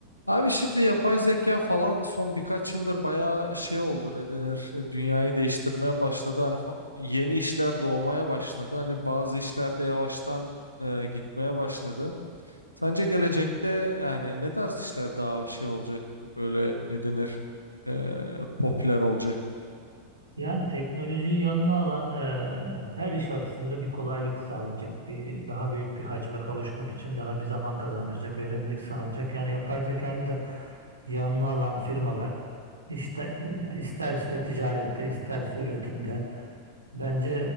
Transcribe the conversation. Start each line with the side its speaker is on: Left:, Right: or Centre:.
Left: Abi şimdi yapay zeka falan son birkaç yıldır bayağı şey oldu ne denir e, dünyayı değiştirmeye başladı. Hani fa- yeni işler doğmaya başladı. Hani bazı işlerde yavaştan e, gitmeye başladı. Sence gelecekte yani ne tarz işler daha şey olacak böyle ne denir e, popüler olacak?
Right: Yani teknolojiyi yanına alan e, her iş aslında bir kolaylık sağlayacak. Bir daha büyük bir hacme kavuşmak için daha bir zaman kazandıracak, verimlilik sağlayacak. Yani yapay zekayı da yanına alan firmalar işte e, isterse ticarette, isterse üretimde bence